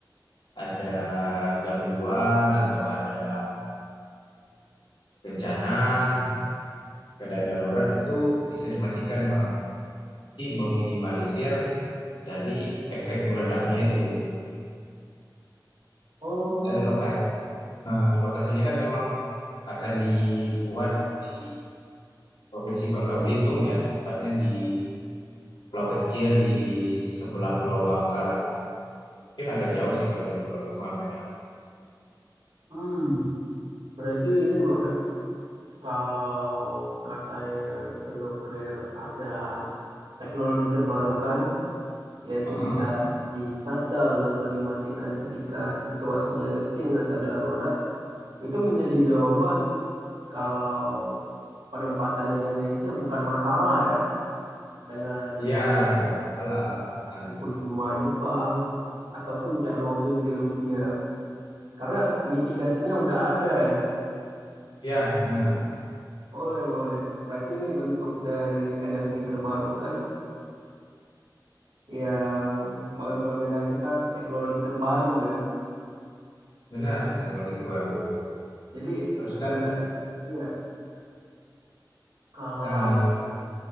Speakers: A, on the left; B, on the right.
A: ada gangguan atau ada bencana gitu keadaan darurat itu bisa dimatikan Bang jadi meminimalisir dari efek meledaknya itu
B: Oh,
A: dan lokasi eh, lokasinya kan memang akan dibuat di Provinsi Bangka Belitung ya tepatnya di pulau kecil di sebelah Pulau Bangka lah mungkin agak jauh sih kalau dari Pulau Belitung agak jauh
B: hmm, berarti ini bang ya, kalau katanya itu nuklir ada teknologi terbarukan yaitu
A: Heeh.
B: bisa di shutdown atau dimatikan ketika situasinya genting atau darurat, itu menjadi jawaban kalau penempatannya di Indonesia bukan masalah ya dengan kita
A: Iya,
B: melihat
A: bukan salah. Nah,
B: Fukushima Jepang ataupun Chernobyl di Rusia karena mitigasinya udah ada ya.
A: ya, benar,
B: Boleh, boleh. Berarti ini bentuk dari energi terbarukan yang mengimplementasikan teknologi terbaru ya.
A: benar teknologi terbaru.
B: Jadi
A: Terus
B: sebenarnya
A: kan,
B: Iya, Kalau
A: eh,